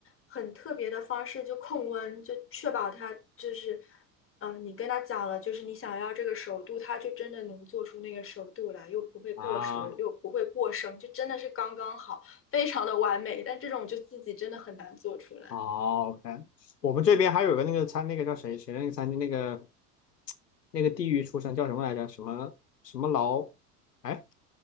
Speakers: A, on the left; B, on the left.
A: 很特别的方式就控温，就确保它就是，嗯，你跟他讲了，就是你想要这个熟度，它就真的能做出那个熟度来，又不会过熟，
B: 啊，
A: 又不会过生，就真的是刚刚好，非常的完美，但这种就自己真的很难做出来。
B: 好，OK。我们这边还有个那个餐，
A: 嗯。
B: 那个叫谁谁的那个餐厅，那个那个地狱出神叫什么来着？什么什么劳？哎，